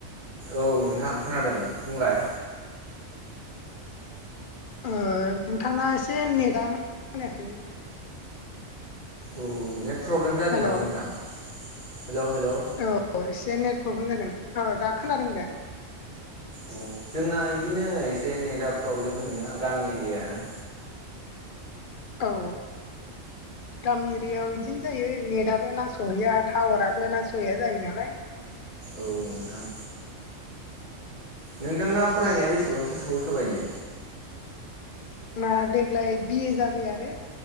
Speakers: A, on the right (about 35°); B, on the left (about 55°).
A: औ नोंथां खोनादों बुंलाय।
B: ओ नोंथांना एसे नेटआ मोजां खोनायाखै
A: औ नेट प्रब्लेम जादों
B: हेल'
A: नामा नोंथां। हेलौ हेलौ
B: औ एसे नेट प्रब्लेम जादों औ दा खोनादों दे।
A: औ जोंना इदिनो एसे नेटआ प्रब्लेम होयोना गामि एरिया ना।
B: औ। गामि एरियायाव बिदिनो जायो नेटआबो नांस'हैया टावाराबो नांस'हैया जायो नालाय।
A: औ नोंथां। नोंथांना फरायनाया बेसेबांसो सहैखो बायदि।
B: ना देग्लाय बिए जाबाय आरो